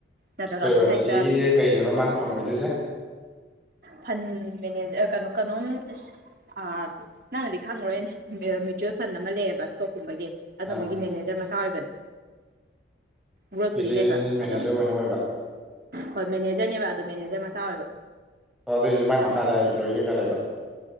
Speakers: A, on the right (about 50°); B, in the centre.
A: ꯅꯠꯇ꯭ꯔꯒ
B: ꯀꯩꯕ
A: ꯑꯁꯣꯝ ꯁꯥꯏꯗꯠꯇ
B: ꯆꯤꯆꯦꯒꯤꯁꯦ ꯀꯩꯅꯦꯕ ꯃꯥꯅ ꯐꯝꯑꯣꯏꯗꯣꯏꯁꯦ
A: ꯐꯟ ꯃꯦꯅꯦꯖꯔ ꯀꯩꯅꯣ ꯀꯩꯅꯣꯝ ꯑ ꯅꯪꯅꯗꯤ ꯈꯪꯉꯣꯏꯅꯦ ꯃ꯭ꯨꯇꯋꯦꯜ ꯐꯟ ꯑꯃ ꯂꯩꯑꯕ ꯏꯁꯇꯣꯛꯀꯨꯝꯕꯒꯤ ꯑꯗꯨꯝꯕꯒꯤ
B: ꯑꯥ
A: ꯃꯦꯅꯦꯖꯔ ꯃꯆꯥ ꯑꯣꯏꯕꯅꯦ ꯒ꯭ꯔꯣꯠꯄꯨꯗꯤ
B: ꯆꯤꯆꯦꯅ
A: ꯂꯩꯕ
B: ꯃꯦꯅꯦꯖꯔ
A: ꯑꯗꯣ
B: ꯑꯣꯏꯅ ꯑꯣꯏꯕ
A: ꯍꯣꯏ ꯃꯦꯅꯦꯖꯔꯅꯦꯕ ꯑꯗꯣ ꯃꯦꯅꯦꯖꯔ ꯃꯆꯥ ꯑꯣꯏꯕ
B: ꯑꯣ ꯑꯗꯨꯑꯣꯏꯗꯤ ꯃꯥꯏ ꯃꯈꯥꯗ ꯑꯄ꯭ꯂꯣꯌꯤ ꯀꯩꯀꯥ ꯂꯩꯕ